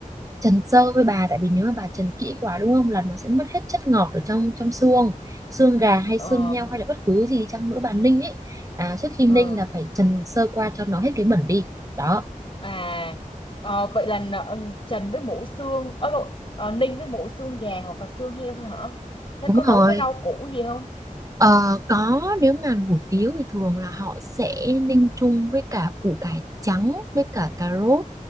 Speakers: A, on the right; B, on the left.
A: trần sơ với bà tại vì nếu mà bà trần kỹ quá đúng không là nó sẽ mất hết chất ngọt ở trong trong xương xương gà hay
B: Ờ
A: xương heo hay là bất cứ gì chăng nữa bà ninh ấy à, trước khi
B: ừ.
A: ninh là phải trần sơ qua cho nó hết cái bẩn đi đó
B: À ờ, vậy là nợ- trần với mỗi xương ở lộ ờ, ninh với mỗi xương gà hoặc là xương heo thôi hả? Thế
A: đúng
B: có nấu
A: rồi
B: với rau củ gì không?
A: Ờ, có nếu mà hủ tiếu thì thường là họ sẽ ninh chung với cả củ cải trắng với cả cà rốt